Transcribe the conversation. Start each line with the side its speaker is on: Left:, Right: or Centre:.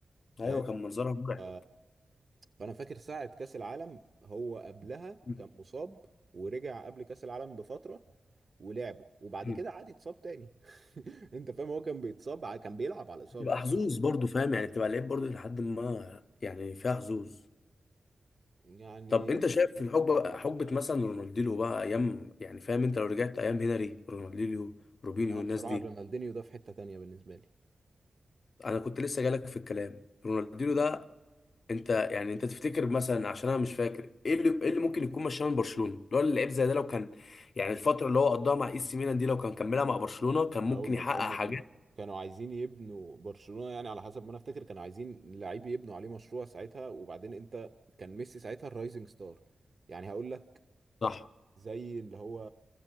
Left: ايوه
Right: فاهم
Left: كان منظرها مرعب
Right: ف فانا فاكر ساعة كأس العالم هو قبلها
Left: م-
Right: كان مصاب ورجع قبل كأس العالم بفترة ولعبه وبعد
Left: م.
Right: كده عاد اتصاب تاني <laughs> انت فاهم هو كان بيتصاب ع- كان بيلعب على الإصابة
Left: بتبقى
Right: اصلا
Left: حظوظ برضو فاهم يعني بتبقى لعيب برضو لحد ما يعني فيها حظوظ
Right: يعني
Left: طب انت شايف في الحقبه حقبه مثلا رونالدينيو بقى ايام يعني فاهم انت لو رجعت ايام هنري رونالدينيو روبينيو
Right: انا
Left: الناس
Right: بصراحة
Left: دي
Right: رونالدينيو ده في حتة تانية بالنسبة لي
Left: انا كنت لسه جالك في الكلام رونالدينيو ده انت يعني انت تفتكر مثلا عشان انا مش فاكر ايه اللي ايه اللي ممكن يكون مشاه من برشلونه اللي هو اللعيب زي ده لو كان يعني الفتره اللي هو قضاها مع اي سي ميلان دي لو كان كملها مع برشلونه كان ممكن
Right: هقول
Left: يحقق
Right: لك هما
Left: حاجات
Right: كانوا كانوا عايزين يبنوا برشلونة يعني على حسب ما انا افتكر كانوا عايزين لعيب يبنوا عليه مشروع ساعتها وبعدين انت كان ميسي ساعتها الرايزنج ستار يعني هقول لك
Left: صح
Right: زي اللي هو